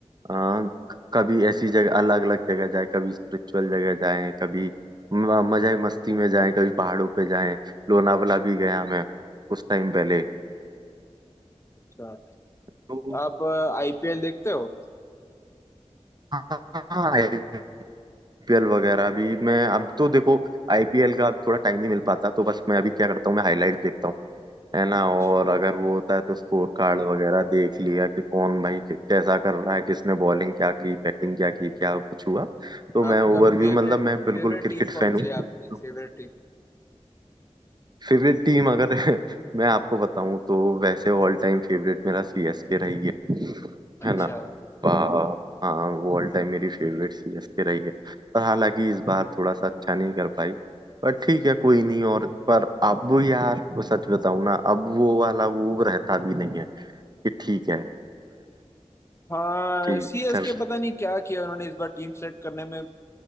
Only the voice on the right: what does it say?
हाँ, कभी ऐसी जगह अलग अलग जगह जाए कभी स्पिरिचुअल जगह जाए कभी म- मजे मस्ती में जाए कभी पहाड़ों पे जाए लोनावला भी गया मैं कुछ टाइम पहले
तो
हाँ आईपीएल वगैरह भी मैं अब तो देखो आईपीएल का अब थोड़ा टाइम नहीं मिल पाता तो बस मैं अभी क्या करता हूँ मैं हाईलाइट देखता हूँ है ना
और अगर वो होता है तो स्कोर कार्ड वगैरह देख लिया कि कौन भाई कि- कैसा कर रहा है किसने बॉलिंग क्या की बैटिंग क्या की क्या कुछ हुआ तो
मैं ओवरव्यू
मतलब मैं बिल्कुल
क्रिकेट
फैन
हूँ
फेवरेट टीम अगर <laughs> मैं आपको बताऊं तो वैसे ऑल टाइम फेवरेट मेरा सीएसके रही है
है ना आ, हाँ वो ऑल टाइम मेरी फेवरेट सीएसके रही है पर हालांकि इस बार थोड़ा सा अच्छा नहीं कर पाई पर ठीक है कोई नहीं और पर अब यार वो सच बताऊं ना अब वो वाला वो रहता भी नहीं है कि ठीक है
ठीक
चल